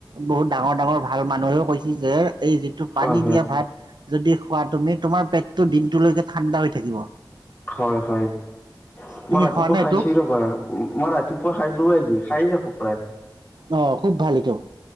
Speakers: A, on the right (about 65°); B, on the left (about 25°).
A: বহুত ডাঙৰ ডাঙৰ ভাল মানুহেও কৈছ যে, এই যিটো
B: হয়
A: পানী
B: হয়
A: দিয়া ভাত যদি খোৱা তুমি, তোমাৰ পেটটো দিনটোলৈকে ঠাণ্ডা হৈ থাকিব।
B: হয় হয়,
A: তুমি
B: মই ৰাতিপুৱা
A: খোৱা নে
B: খাইছিলোঁ
A: এইটো?
B: বাৰু, মই ৰাতিপুৱা খাই লো আজি খাই থাক প্ৰায়
A: আহ খুব ভাল এটো